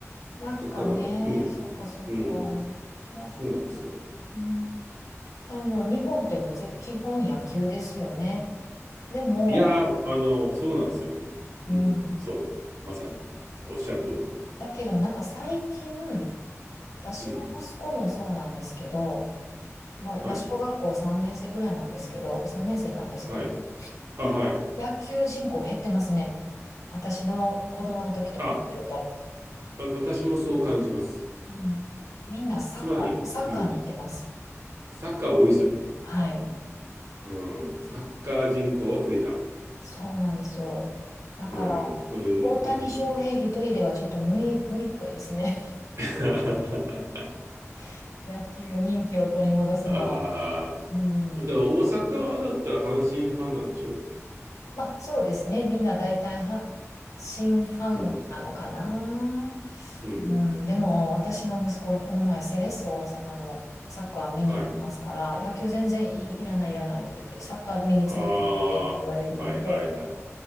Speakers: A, on the left (about 85°); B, on the right (about 65°).
A: なんかね、
B: だから、うん、
A: そっかそっか。
B: うん、
A: 野球、
B: そうなんですよ。
A: うん。あ、もう日本ってもうぜ基本野球ですよね。でも、
B: いやー、あの、そうなんですよね。
A: うん。
B: うん、そう。まさに。おっしゃる通り。
A: だけどなんか最近、私の息子もそうなんですけど、
B: うん、
A: もう今小学校3年生ぐらいなんですけど、
B: はい、
A: 3年生なんですけど、
B: はい。あ、
A: なんか野球人口減ってますね。
B: はい。
A: 私の子供の時と比べると。
B: あ、わ、私もそう感じます。
A: うん。みんなサッカー、
B: つまり、
A: サッカーに行ってます。
B: うん、サッカー多いですよね。
A: はい。
B: うん、サッカー人口は増えた。
A: そうなんですよ。だから、
B: うん、このに、
A: 大谷翔平一人ではちょっと無理、
B: うん、
A: 無理っぽいですね。
B: <laughs>
A: <laughs> 野球人気を取り戻すのは。
B: あ
A: うん。
B: あ、だから大阪だったら阪神ファンなんでしょ
A: まあ、そうですね。みんな大体は、新ファンなのかな。
B: うん、うん、
A: うん、でも、私の息子、この前、セレッソ大阪のサッカー見に行きますから、
B: はいはい。
A: 野球全然いい、いらない、いらないって言って、サッカー見に連れて行ってって言われるので、
B: ああ、はいはいはい。